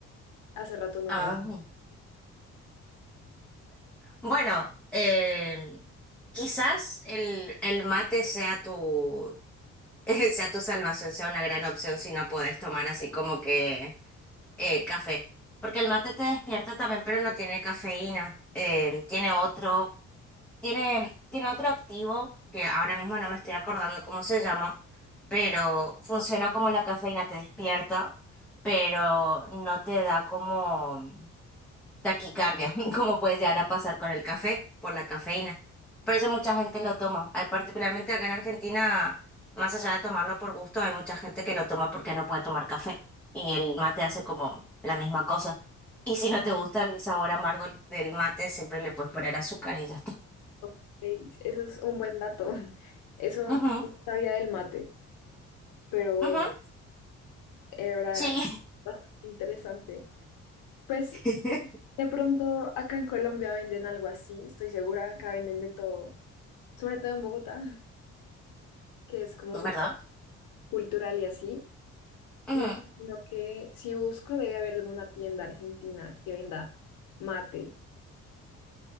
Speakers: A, on the left; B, in the centre.
A: hace rato no
B: ah,
A: voy al gym.
B: mm, bueno, em, quizás el, el mate sea tu, <laughs> sea tu salvación, sea una gran opción si no podés tomar así como que eh, café. Porque el mate te despierta también, pero no tiene cafeína. Em, tiene otro, tiene, tiene otro activo que ahora mismo no me estoy acordando cómo se llama, pero funciona como la cafeína, te despierta, pero no te da como. taquicardia, <laughs> como puede llegar a pasar con el café, por la cafeína. Por eso mucha gente lo toma. Hay particularmente acá en Argentina, más allá de tomarlo por gusto, hay mucha gente que lo toma porque no puede tomar café. Y el mate hace como la misma cosa. Y si no te gusta el sabor amargo del mate, siempre le puedes poner azúcar y ya está.
A: Ok, Eso es un buen dato. <laughs> Eso
B: Ujú,
A: no sabía del mate, pero bueno,
B: ujú,
A: era
B: sí,
A: bastante interesante. Pues
B: <laughs>
A: de pronto acá en Colombia venden algo así, estoy segura, acá venden de todo, sobre todo en Bogotá, <laughs> que es como súper
B: ¿verdad?
A: cultural y así.
B: Ujú.
A: Me imagino que si busco debe haber alguna tienda argentina que venda mate.